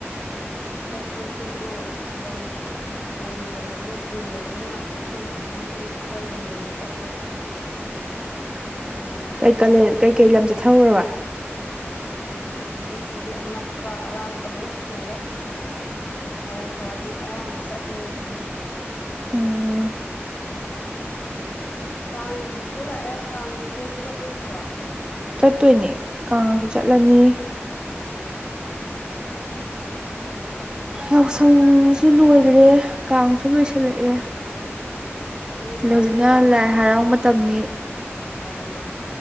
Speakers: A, on the left; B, on the right.
A: ꯇꯤ ꯑꯩꯈꯣꯏꯁꯨ ꯊꯥꯕꯜ ꯆꯣꯡꯗꯕꯁꯦ ꯀꯨꯏꯔꯕꯅꯤꯅ ꯃꯐꯝ ꯈꯨꯗꯤꯡꯒꯤ ꯈꯔ ꯌꯦꯡꯕ ꯆꯠꯂꯦ ꯎꯝ
B: ꯩ ꯀꯩ ꯀꯂꯦ ꯀꯩꯀꯩ ꯂꯝ ꯆꯠꯊꯔꯨꯔꯕ
A: ꯑꯁꯑꯩꯈꯣꯏ ꯁꯤꯒꯤ ꯑꯅꯛꯄ ꯑꯔꯥꯞꯄ ꯂꯣꯏ ꯁꯨꯔꯦ ꯈꯔ ꯈꯔ ꯑꯗꯨꯝ ꯑꯌꯥꯝꯕ ꯆꯠꯂꯦ ꯑꯗꯨꯅꯤ
B: ꯑꯝ
A: ꯀꯥꯡꯁꯨ ꯂꯥꯛꯑꯦ ꯀꯥꯡꯗꯤ ꯀꯣꯏꯕ ꯆꯠꯂꯣꯏꯗ꯭ꯔꯣ
B: ꯎꯠꯇꯣꯏꯅꯦ ꯀꯥꯡꯁꯨ ꯆꯠꯂꯅꯤ ꯌꯥꯎꯁꯪꯁꯨ
A: ꯑꯗꯩ
B: ꯂꯣꯏꯒ꯭ꯔꯦ ꯀꯥꯡꯁꯨ ꯂꯣꯏꯁꯤꯜꯂꯛꯑꯦ
A: ꯀꯨꯝꯍꯩ ꯍꯔꯥꯎꯁꯦ
B: ꯍꯧꯖꯤꯛꯅ ꯂꯥꯏ ꯍꯔꯥꯎ ꯃꯇꯝꯅꯤ
A: ꯑꯧ